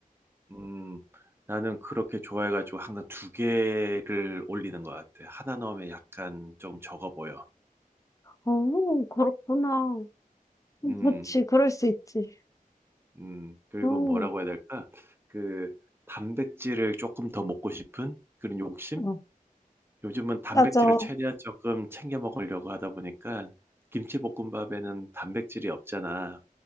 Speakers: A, on the right; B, on the left.
A: 음, 나는 그렇게 좋아해가지고 항상 두 개를 올리는 것 같아. 하나 넣으면 약간 조금 적어 보여.
B: 어 그렇구나. 음그지
A: 음.
B: 그럴 수 있지.
A: 음, 그리고
B: 어.
A: 뭐라고 해야 될까? 그 단백질을 조금 더 먹고 싶은 그런 욕심?
B: 어.
A: 요즘은 단백질을
B: 맞아.
A: 최대한 조금 챙겨 먹으려고 하다 보니까 김치볶음밥에는 단백질이 없잖아.